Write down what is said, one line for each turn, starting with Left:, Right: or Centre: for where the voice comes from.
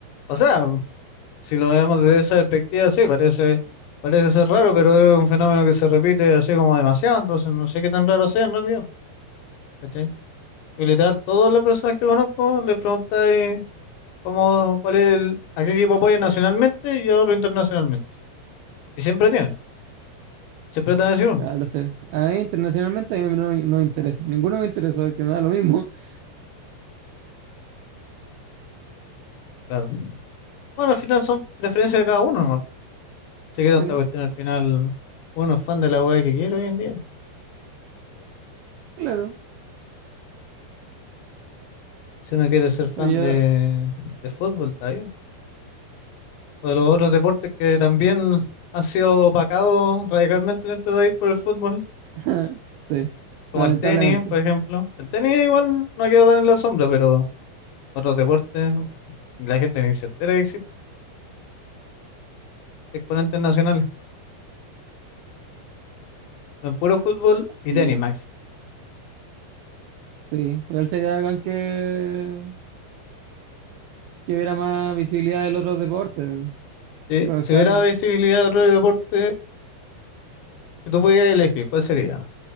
Left: O sea. Si lo vemos desde esa perspectiva, sí, parece, parece ser raro, pero es un fenómeno que se repite así como demasiado, entonces no sé qué tan raro sea en realidad, ¿cachai? Y literal, todas las personas que conozco le preguntáis cómo, cuál es el, a qué equipo apoya nacionalmente y a otro internacionalmente. Y siempre tienen, siempre te van a decir uno,
Right: Ah, lo sé. A mí internacionalmente a mí no, me- no me interesa. Ninguno me interesa, que me da lo mismo. <laughs>
Left: claro. Bueno, al final son preferencias de cada uno, nomás. Sé que
Right: Sí,
Left: tanta cuestión al final, uno es fan de la weá que quiere hoy en día.
Right: claro.
Left: Si uno quiere ser fan
Right: Oye,
Left: de, de fútbol, está bien. o de los otros deportes que también han sido opacados radicalmente en este país por el fútbol,
Right: <laughs> sí,
Left: como
Right: lamentablemente.
Left: el tenis, por ejemplo. El tenis igual no ha quedado tan en la sombra, pero otros deportes, uf, la gente ni se entera que existen exponentes nacionales. En puro fútbol
Right: Así
Left: y tenis,
Right: es.
Left: Max.
Right: Sí, igual sería bacán que, que hubiera más visibilidad del otro deporte.
Left: Si,
Right: Pero al
Left: si
Right: final,
Left: hubiera visibilidad de otro deporte que tú pudieras elegir, ¿cuál sería?